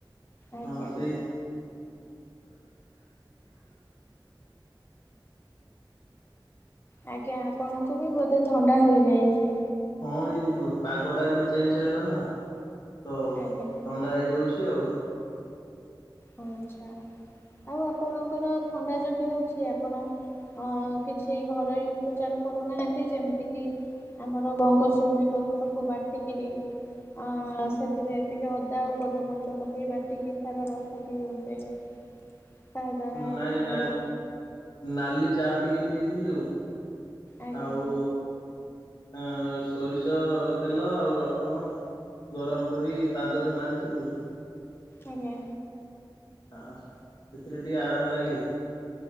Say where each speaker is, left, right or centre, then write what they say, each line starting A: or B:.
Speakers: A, on the left; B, on the left.
A: ଆଜ୍ଞା
B: ହଁ ସେଇ
A: ଆଜ୍ଞା ଆପଣଙ୍କୁ ବି ବୋଧେ ଥଣ୍ଡା ହେଯାଇଛି।
B: ହଁ ଏଇ ପାଗ ଟା ଏବେ ଚେଞ୍ଜ ହେଲା ନା ତ ଥଣ୍ଡା
A: ଆଜ୍ଞା
B: ହେଇଯାଉଛି ଆଉ।
A: ଆଛା ଆଉ ଆପଣଙ୍କର ଥଣ୍ଡା ଯଦି ହଉଛି ଆପଣ ହଁ କିଛି ଘରୋଇ ଉପଚାର କରୁନାହାନ୍ତି ଯେମିତି କି ଆମର ଗଙ୍ଗଶିଉଳି ପତ୍ରକୁ ବାଟିକିରି ଅ ସେଥିରେ ଟିକେ ଅଦା ଆଉ ଗୋଲମରିଚ ପକେଇ ବାଟିକି ତାର ରସ ତିନ୍ତ ତା ଦ୍ଵାରା ଆପଣଙ୍କ
B: ନାଇଁ ନାଲ୍ ନାଲି ଚାହା ଟିକେ ପିଇଥିଲୁ,
A: ଆଜ୍ଞା
B: ଆଉ ଅ ସୋରିଷ ତେଲ, ଆଉ ରସୁଣ ଗରମ କରି ପାଦରେ ମାରିଥିଲୁ।
A: ଆଜ୍ଞା।
B: ଆ ସେଥିରେ ଟିକେ ଆରାମ ଲାଗିଲା